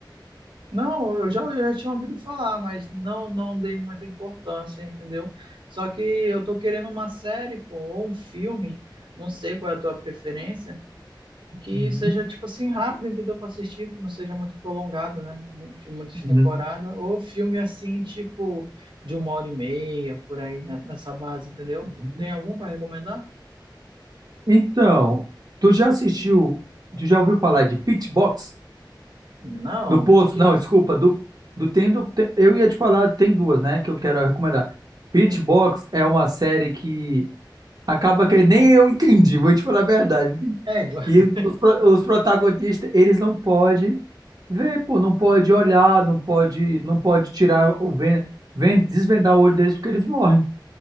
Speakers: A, on the right; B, on the right.
A: Não, eu já, eu já tinha ouvido falar, mas não, não dei muita importância, entendeu? Só que eu tô querendo uma série, pô, ou um filme, não sei qual é a tua preferência, que
B: Uhum,
A: seja tipo assim rápido, entendeu? Para assistir, que não seja muito prolongado, né? De muitas temporadas,
B: uhum,
A: ou filme assim, tipo de uma hora e meia, por aí, né? nessa base, entendeu?
B: uhum.
A: Tu tem algum para recomendar?
B: Então, tu já assistiu, tu já ouviu falar de Pitchbox?
A: Não,
B: Do Poço,
A: o que que
B: não,
A: é isso?
B: desculpa, do, do tem do, te- eu ia te falar, tem duas, né, que eu quero recomendar. Pitchbox
A: Hum.
B: é uma série que Acaba que nem eu entendi, vou te falar a verdade.
A: Égua.
B: Que
A: <laughs>
B: os, pro- os protagonistas, eles não podem ver, pô, não pode olhar, não pode, não pode tirar o ven, ven- desvendar o olho deles porque eles morrem.